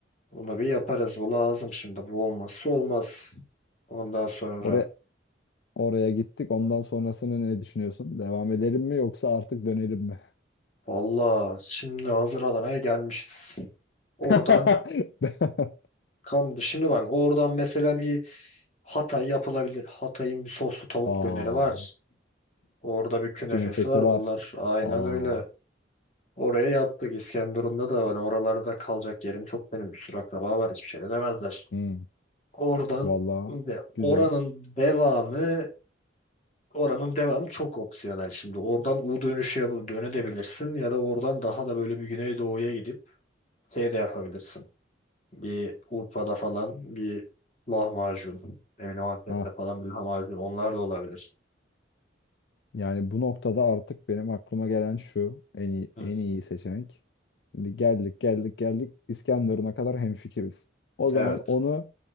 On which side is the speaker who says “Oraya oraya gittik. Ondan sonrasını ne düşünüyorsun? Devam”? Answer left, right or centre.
Left